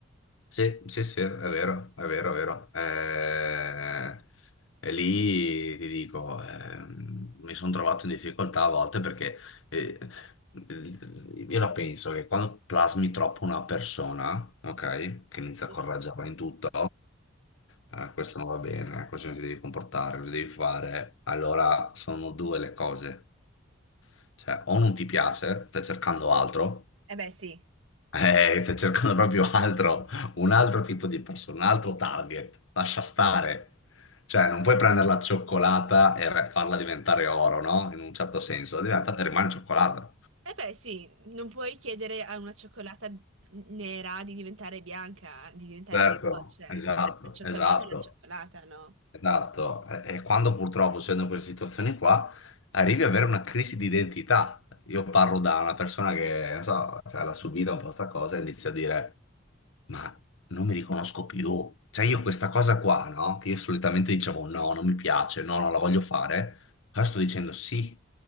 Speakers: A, on the left (about 80°); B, on the right (about 80°).
A: Sì, sì, sì, è vero, è vero, è vero. Eh, e lì ti dico, ehm, mi sono trovato in difficoltà a volte perché eh, io la penso che quando plasmi troppo una persona, ok, che inizia
B: Sì.
A: a coraggiarla in tutto, eh, questo non va bene, così non ti devi comportare, così devi fare, allora sono due le cose. Cioè, o non ti piace, stai cercando altro,
B: Eh beh, sì.
A: eh, sto cercando proprio altro, un altro tipo di persona, un altro target. Lascia stare. Cioè, non puoi prendere la cioccolata e re- farla diventare oro, no? In un certo senso, diventa, rimane cioccolata.
B: Eh beh, sì, non puoi chiedere a una cioccolata nera di diventare bianca, di diventare
A: Certo,
B: feroce.
A: esatto,
B: La cioccolata
A: esatto.
B: è la cioccolata, no?
A: Esatto, e e quando purtroppo c'è in queste situazioni qua, arrivi ad avere una crisi di identità. Io parlo da una persona che, non so, cioè, l'ha subita un po' sta cosa e inizia a dire, ma non mi riconosco più. Cioè io questa cosa qua, no? Che io solitamente dicevo no, non mi piace, no, non la voglio fare, ora sto dicendo sì.